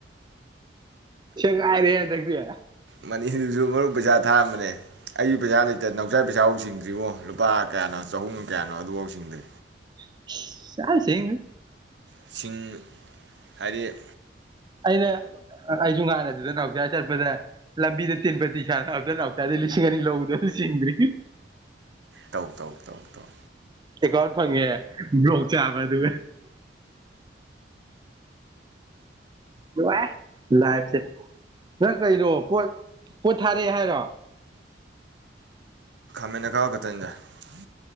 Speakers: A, on the right; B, on the right.
A: ꯁꯦꯒꯥꯏꯔꯦꯍꯦ ꯍꯟꯗꯛꯇꯤ
B: ꯃꯅꯤꯗꯨꯁꯨ ꯃꯔꯨꯞ ꯄꯩꯁꯥ ꯊꯥꯑꯝꯕꯅꯦ ꯑꯩꯒꯤ ꯄꯩꯁꯥ ꯂꯩꯇꯦ ꯅꯥꯎꯆꯥ ꯄꯩꯁꯥꯐ ꯁꯤꯡꯗ꯭ꯔꯤꯕꯣ ꯂꯨꯄꯥ ꯀꯌꯥꯅꯣ ꯆꯍꯨꯝ ꯀꯌꯥꯅꯣ ꯍꯥꯎꯖꯤꯛꯐꯥꯎ ꯁꯤꯡꯗ꯭ꯔꯤ
A: <unintelligible>
B: ꯂꯤꯁꯤꯡ ꯇꯔꯦꯠ
A: ꯑꯩꯅ ꯑꯩꯁꯨ ꯉꯥꯍꯟ ꯑꯗꯨꯗ ꯆꯠꯄꯗꯅꯦ ꯂꯝꯕꯤꯗ ꯇꯤꯟꯕꯗꯤ ꯁꯥꯟꯅꯕꯗ ꯅꯥꯎꯆꯗꯒꯤ ꯂꯤꯁꯤꯡ ꯑꯅꯤ ꯂꯧꯔꯗꯣ ꯑꯗꯨꯁꯨ ꯆꯤꯡꯗ꯭ꯔꯤ
B: ꯇꯧ ꯇꯧ ꯇꯧ ꯇꯧ
A: <inaudible> ꯐꯪꯉꯦ ꯕꯂꯣꯛ ꯆꯥꯕ ꯑꯗꯨ ꯅꯨꯡꯉꯥꯏꯔꯦ ꯂꯥꯏꯐꯁꯦ ꯅꯪ ꯀꯩꯅꯣ ꯄꯣꯠ ꯄꯣꯠ ꯊꯥꯔꯛꯑꯦ ꯍꯥꯏꯔꯣ
B: <unintelligible>